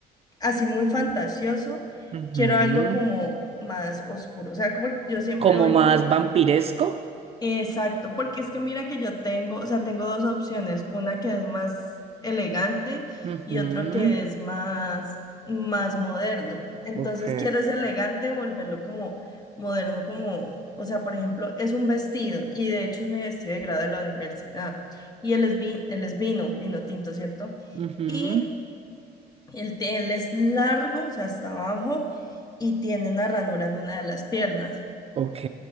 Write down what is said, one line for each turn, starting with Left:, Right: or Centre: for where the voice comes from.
Left: así muy fantasioso,
Right: Ujú.
Left: quiero algo como más oscuro. O sea, como yo siempre
Right: Como
Left: voy
Right: más
Left: como
Right: vampiresco.
Left: Exacto, porque es que mira que yo tengo, o sea, tengo dos opciones, una que es más elegante
Right: Ujú.
Left: y otro que es más, más moderno. Entonces
Right: Ok.
Left: quiero ese elegante, volverlo como moderno, como, o sea, por ejemplo, es un vestido y de hecho es mi vestido de grado de la universidad y él es, vi- él es vino, vino tinto, ¿cierto?
Right: Ujú.
Left: Y el, él es largo, o sea, hasta abajo y tiene una ranura en una de las piernas.
Right: Ok,